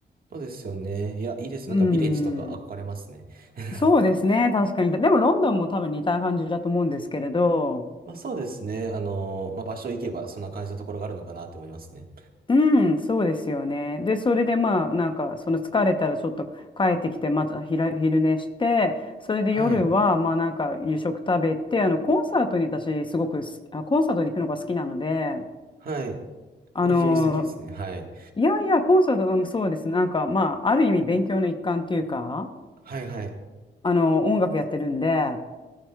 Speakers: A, on the right; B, on the left.
A: そうですよね。いや、いいです。
B: うん、
A: なんかビレッジとか憧れますね。<laughs>
B: そうですね、確かに。でも、ロンドンも多分似た感じだと思うんですけれど、
A: まあそうですね。あのまあ場所行けばそんな感じのところがあるのかなと思いますね。
B: うん、そうですよね。で、それでまあ、なんか、その疲れたらちょっと帰ってきて、またひら昼寝して、それで夜は、
A: はい。
B: まあなんか、夕食食べて、あの、コンサートに私、すごくす、あ、コンサートに行くのが好きなので、
A: はい。
B: あの、
A: いや、非常に素敵ですね。はい。
B: いやいや、コンサート、うん、そうです。なんか、まあ、ある意味勉強の一環っていうか、
A: はいはい。
B: あの、音楽やってるんで、